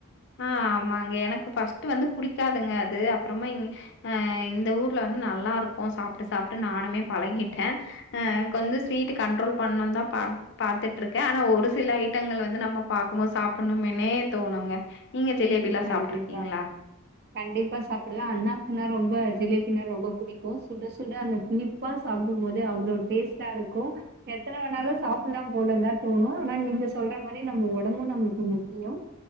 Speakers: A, on the left; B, on the right.
A: ஆ ஆமாங்க எனக்கு ஃபஸ்ட் வந்து புடிக்காதுங்க அது அப்றமா இ அ இந்த ஊர்ல வந்து நல்லாருக்கு சாப்ட்டு சாப்ட்டு நானுமே பழகிட்டே ஆ கொஞசோ ஸ்வீட்டு கண்ட்ரோல் பண்ணுன்தா பாத் பாத்துட்ருக்கே ஆனா ஒரு சில ஐட்டங்கள் வந்து நம்ம பாக்கு போது சாப்புணுமேனே தோணுங்க நீங்க ஜிலேபில்லா
B: கண்டிப்பா
A: சாப்ட்டுருக்கீங்ளா
B: கண்டிப்பா சாப்டுவே அண்ணாக்குனா ரொம்ப ஜிலேபினா ரொம்ப புடிக்கு சுட சுட அந்த புளி ப்பா சாப்டும் போதே அவ்ளோ டேஸ்ட்டா இருக்கு எத்தன வேணாலு சாப்புலா போல தா தோணு ஆனா நீங்க சொல்ற மாரி நம்ம ஒடம்பு நம்ளுக்கு முக்கியோ